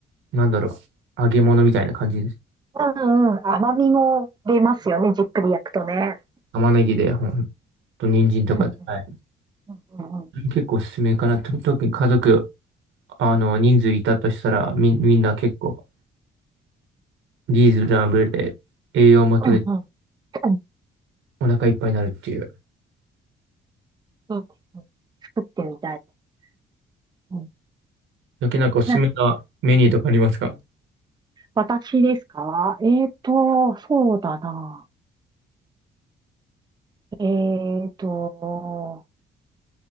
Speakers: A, on the right; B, on the right.
A: なんだろう、揚げ物みたいな感じです。
B: うんうん。甘みも出ますよね。じっくり焼くとね。
A: 玉ねぎで、ほんと、人参とかで。
B: うん。
A: はい
B: うんうんうん。
A: 結構おすすめかな。と特に家族、あの、人数いたとしたら、み、みんな結構リーズナブルで栄養も取れ、
B: うんうん。う
A: お腹いっぱいになるっていう。
B: ん。いいですね。作ってみたいです。うん。
A: だけなんかおすすめなメニューとかありますか
B: な、私ですかえっと、そうだな。えっと、